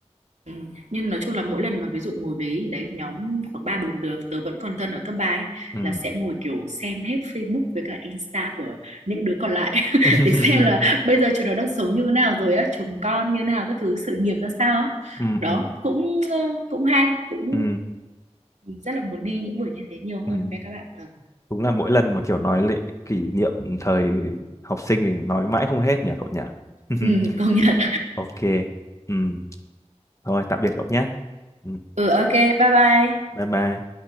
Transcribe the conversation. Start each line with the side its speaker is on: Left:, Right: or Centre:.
Right: ừ. Nhưng nói chung là mỗi lần mà ví dụ ngồi với đấy nhóm khoảng ba bốn đứa tớ vẫn còn thân ở cấp ba ấy,
Left: ừ
Right: là sẽ ngồi kiểu xem hết Facebook với cả Insta của những đứa còn lại <laughs>
Left: <laughs>
Right: để xem là bây giờ chúng nó đang sống như thế nào rồi á chồng con như thế nào các thứ sự nghiệp ra sao á
Left: ừ
Right: đó
Left: ừ
Right: cũng ờ, cũng hay cũng
Left: ừ
Right: rất là muốn đi những buổi như thế nhiều hơn
Left: ừ <laughs>
Right: với các bạn. Vâng.
Left: Đúng là mỗi lần mà kiểu nói lại kỷ niệm thời học sinh thì nói mãi không hết nhỉ cậu nhỉ? <laughs>
Right: Ừ, công nhận.
Left: Ok. Ừ. Thôi tạm biệt cậu nhé. Ừ.
Right: Ừ, ok, bye bye.
Left: Bye bye.